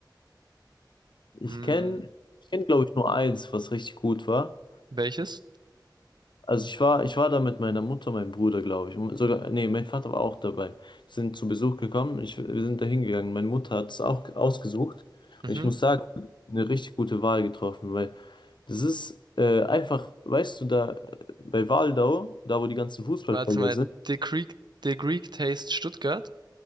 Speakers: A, on the left; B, on the right.
A: Ich
B: Hm,
A: kenne, ich kenn, glaube ich, nur eins, was richtig gut war.
B: welches?
A: Also ich war, ich war da mit meiner Mutter, meinem Bruder, glaube ich. Und Sogar, nee, mein Vater war auch dabei. Sind zu Besuch gekommen. Ich, wir sind da hingegangen. Meine Mutter hat es auch ausgesucht.
B: Mhm.
A: Und ich muss sagen, eine richtig gute Wahl getroffen, weil Das ist äh, einfach, weißt du, da äh, bei Waldau, da wo die ganzen Fußballfelder
B: Warte mal,
A: sind,
B: The Greek, The Greek Taste Stuttgart.